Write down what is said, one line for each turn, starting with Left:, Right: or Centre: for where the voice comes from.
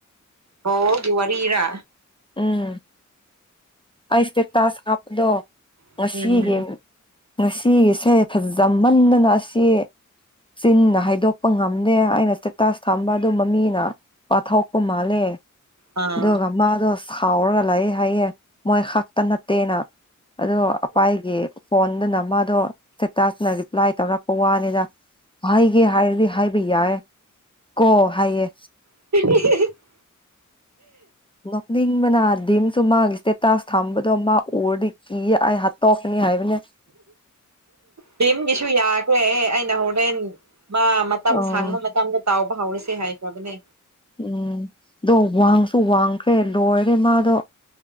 Right: ꯑꯣꯒꯤ ꯋꯥꯔꯤꯔꯥ
Left: ꯎꯝ ꯑꯩ ꯏꯁꯇꯦꯇꯥꯁ ꯍꯥꯞꯄꯗꯣ ꯉꯁꯤ
Right: ꯎꯝ
Left: ꯌꯦꯡ ꯉꯁꯤꯁꯦ ꯐꯖꯃꯟꯗꯅ ꯑꯁꯤ ꯆꯤꯟꯅ ꯍꯥꯏꯗꯣꯛꯄ ꯉꯝꯗꯦ ꯑꯩꯅ ꯏꯁꯇꯦꯇꯥꯁ ꯊꯝꯕ ꯑꯗꯨꯝꯕ ꯃꯤꯅ ꯄꯥꯊꯣꯛꯄ ꯃꯥꯜꯂꯦ
Right: ꯑꯥ
Left: ꯑꯗꯨꯒ ꯃꯥꯗꯣ ꯁꯥꯎꯔꯒ ꯂꯩꯍꯦ ꯍꯥꯏꯌꯦ ꯃꯣꯏ ꯈꯥꯛꯇ ꯅꯠꯇꯦꯅ ꯑꯗꯣ ꯑꯄꯥꯏꯒꯤ ꯐꯣꯟꯗꯅ ꯃꯥꯗꯣ ꯏꯁꯇꯦꯇꯥꯂꯅ ꯔꯤꯄ꯭ꯂꯥꯏ ꯇꯧꯔꯛꯄ ꯋꯥꯅꯤꯗ ꯍꯥꯏꯒꯦ ꯍꯥꯏꯔꯗꯤ ꯍꯥꯏꯕ ꯌꯥꯏ ꯀꯣ ꯍꯥꯏꯌꯦ
Right: <unintelligible>
Left: ꯅꯣꯛꯅꯤꯡꯕꯅ ꯗꯤꯝꯁꯨ ꯃꯥꯒꯤ ꯏꯁꯇꯦꯇꯥꯁ ꯊꯝꯕꯗꯣ ꯃꯥ ꯎꯔꯗꯤ ꯀꯤꯌꯦ ꯑꯩ ꯍꯥꯠ ꯇꯣꯛꯀꯅꯤ ꯍꯥꯏꯕꯅꯦ
Right: ꯇꯤꯝꯒꯤꯁꯨ ꯌꯥꯗ‌ꯦ ꯑꯦ ꯑꯩꯅ ꯍꯣꯔꯦꯟ ꯃꯥ ꯃꯇꯝ
Left: ꯑꯣ ꯎꯝ
Right: ꯁꯥꯡꯕ ꯃꯇꯝꯗ ꯇꯥꯎꯕ ꯍꯧꯔꯁꯦ ꯍꯥꯏꯈ꯭ꯔꯕꯅꯦ
Left: ꯎꯝ ꯑꯗꯣ ꯋꯥꯡꯁꯨ ꯋꯥꯡꯈ꯭ꯔꯦ ꯂꯣꯏꯔꯦ ꯃꯥꯗꯣ